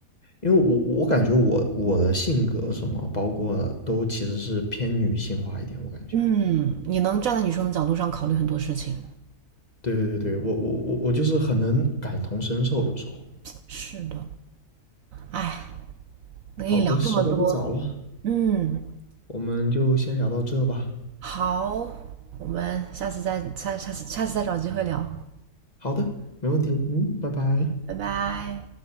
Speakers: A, on the left (about 30°); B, on the right (about 65°).
A: 因为我我感觉我我的性格什么，包括都其实是偏女性化一点，我感觉。
B: 嗯，你能站在女生的角度上考虑很多事情。
A: 对对对对，我我我我就是很能感同身受，有时候。
B: 是的，哎，能跟你聊这么多，
A: 好的，时候不早了，
B: 嗯，
A: 我们就先聊到这吧。
B: 好，我们下次再下下次下次再找机会聊，
A: 好的，没问题。嗯，拜拜。
B: 拜拜。